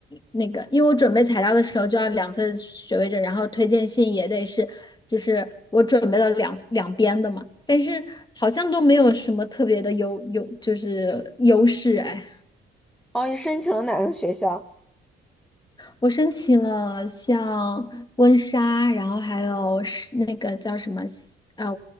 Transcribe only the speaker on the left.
那个，因为我准备材料的时候就要两份学位证，然后推荐信也得是，就是我准备了两两边的嘛，但是好像都没有什么特别的优优，就是优势哎。
我申请了像温莎，然后还有是那个叫什么西，呃，